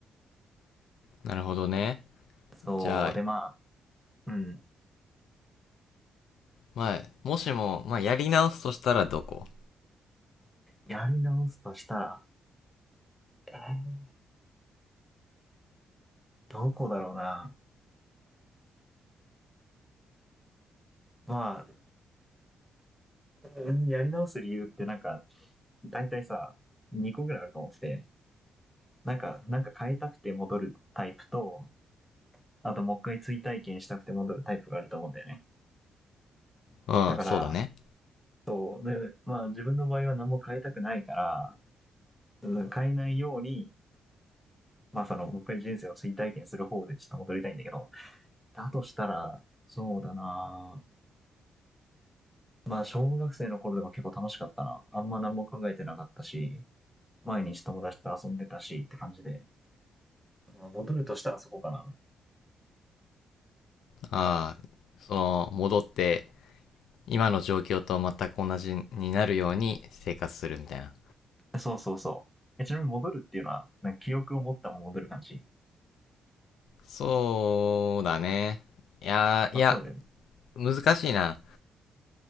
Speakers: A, on the left; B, in the centre.
A: なるほどね。
B: そう、
A: じゃあ、
B: でまあ、うん、
A: まあ、もしも、まあ、やり直すとしたらどこ
B: やり直すとしたら、えーどこだろうな。まあ、うんやり直す理由ってなんか、大体さ、2個ぐらいあると思ってて、なんか、なんか変えたくて戻るタイプと、あともう一回追体験したくて戻るタイプがあると思うんだよね。
A: うん、
B: だから、
A: そうだね。
B: こうでまあ自分の場合は何も変えたくないから、うん変えないように、まあその、もう一回人生を追体験する方でちょっと戻りたいんだけど、だとしたら、そうだなぁまあ、小学生の頃でも結構楽しかったな。あんま何も考えてなかったし、毎日友達と遊んでたしって感じで。まあ戻るとしたらそこかな。
A: ああ、その、戻って、今の状況と全く同じになるように生活するみたいな。
B: そうそうそう。えちなみに戻るっていうのは、なんか記憶を持ったまま戻る感じ。
A: そうだね。いやー、
B: まあ、
A: いや、
B: そうだよね。
A: 難しいな。